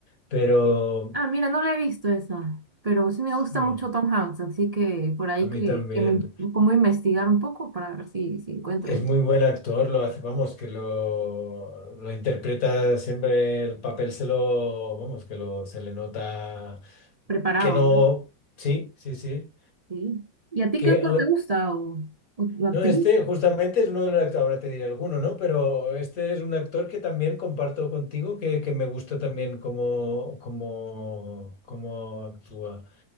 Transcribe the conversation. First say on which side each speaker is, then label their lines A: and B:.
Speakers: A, on the left; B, on the right.
A: pero
B: Ah, mira, no la he visto esa, pero sí me gusta
A: sí,
B: mucho Tom Hanks, así que por ahí
A: a mí
B: que,
A: también.
B: que me pongo a investigar un poco para ver si, si encuentro
A: Es
B: el-
A: muy buen actor, lo hace, vamos, que lo, lo interpreta siempre el papel, se lo, vamos, que lo, se le nota
B: preparado,
A: que no,
B: ¿no?
A: sí, sí, sí,
B: Sí. ¿Y a ti
A: que,
B: qué actor
A: o-
B: te gusta o, o, o actriz?
A: no, este justamente es uno de los actores, ahora te diré alguno, ¿no? Pero este es un actor que también comparto contigo, que, que me gusta también cómo, cómo, cómo actúa.